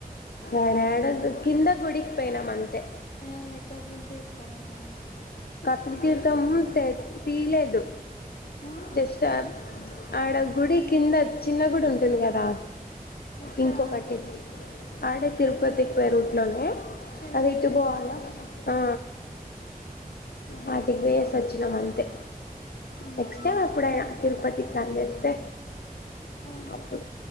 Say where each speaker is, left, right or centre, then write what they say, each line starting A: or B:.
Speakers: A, on the left (about 85°); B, on the left (about 70°).
A: ఏడ ఏడది కింద గుడికి పోయినాం అంతే
B: యామి కపిలతీర్థం కా
A: ల్ తీర్ధం తె తీయలేదు
B: ఆ
A: జస్ట్ ఆ ఆడ గుడి కింద చిన్న గుడి ఉంటుంది కదా
B: ఎక్కడ
A: ఇంకొకటి ఆడే తిరుపతి కి పోయే రూట్ లోనే
B: చిన్న
A: అదే ఇటు
B: తిరుపతి
A: పోవాలా ఆ
B: ఆహా
A: వాటికి పోయేసి వచ్చినాం అంతే
B: ఉమ్
A: నెక్స్ట్ టైం ఎప్పుడైనా తిరుపతి కి ప్లాన్ చేస్తే
B: ఆ
A: అప్పుడు